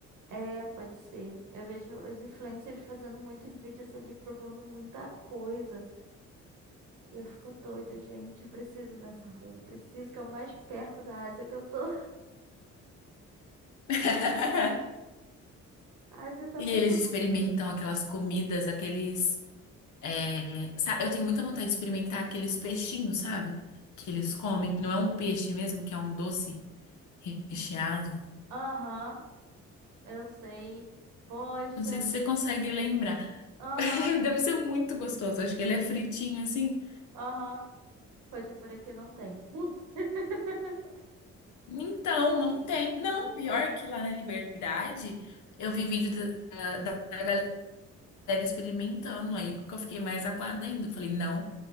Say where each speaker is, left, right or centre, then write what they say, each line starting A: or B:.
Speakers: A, on the right; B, on the left.
A: é, pode ser, eu vejo os influencers fazendo muitos vídeos ali, provando muita coisa, e eu fico doida, gente, eu preciso ir nessa rua, preciso, que é o mais perto da Ásia que eu tô.
B: <laughs>
A: A Ásia tá
B: E
A: muito
B: eles
A: longe.
B: experimentam aquelas comidas, aqueles. é, sa- Eu tenho muita vontade de experimentar aqueles peixinhos, sabe? Que eles comem, que não é um peixe mesmo, que é um doce recheado.
A: Aham, eu sei. Poxa.
B: Não sei se você consegue lembrar.
A: Aham,
B: <laughs> Deve ser muito gostoso. Acho que ele é fritinho assim.
A: aham. Poxa, por aqui não tem. <laughs>
B: Então, não tem. Não,
A: Não
B: pior
A: tem.
B: que lá na Liberdade, eu vi vídeo da, da- da galera experimentando. Aí que eu fiquei mais aguada ainda. Eu falei, não.